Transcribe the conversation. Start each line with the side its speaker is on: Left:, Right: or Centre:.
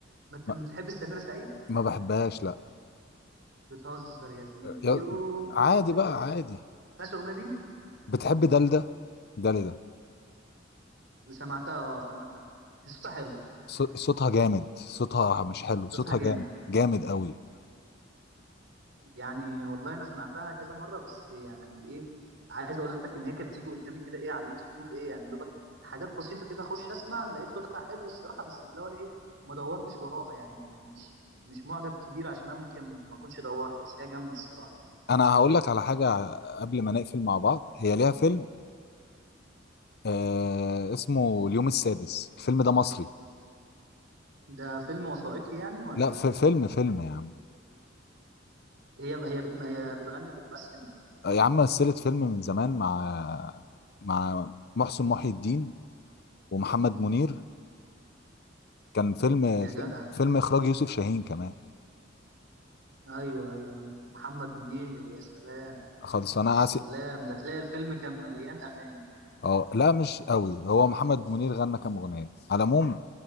Right: ما انت
Left: ما,
Right: بتحب سميره سعيد
Left: ما بحبهاش لا
Right: بتهزر يا زميلي
Left: يا...
Right: يوم
Left: عادي
Right: ورا
Left: بقى
Right: يوم
Left: عادي
Right: ماشي الاغنيه دي
Left: بتحب دلدة دلدة
Right: اللي سمعتها اه سمعتها صوتها حلو
Left: صو- صوتها جامد صوتها مش حلو صوتها
Right: صوتها جامد
Left: جامد جامد قوي
Right: يعني والله انا سمعتها كذا مره بس يعني ايه عايز اقول لك ان هي كانت بتيجي قدامي كده ايه على اليوتيوب ايه يعني دوبك حاجات بسيطه كده اخش اسمع لقيت صوتها حلو الصراحه بس اللي هو ايه ما دورتش وراها يعني يعني مش مش معجب كبير عشان انا ممكن ما اكونش دورت بس هي جامده الصراحه
Left: انا هقول لك على حاجه قبل ما نقفل مع بعض هي ليها فيلم آه اسمه اليوم السادس الفيلم ده مصري
Right: ده فيلم وثائقي يعني ولا
Left: لا في فيلم فيلم يا عم
Right: هي هي بتم... هي بتغني وبتمثل
Left: يا عم مثلت فيلم من زمان مع مع محسن محي الدين ومحمد منير كان فيلم
Right: يا
Left: فيلم,
Right: جدع
Left: فيلم اخراج يوسف شاهين كمان
Right: ايوه ايوه ايوه محمد منير يا سلام
Left: خالص انا
Right: يا سلام
Left: اسف
Right: ده تلاقي الفيلم كان مليان اغاني
Left: اه لا مش قوي هو محمد منير غنى كام اغنيه على العموم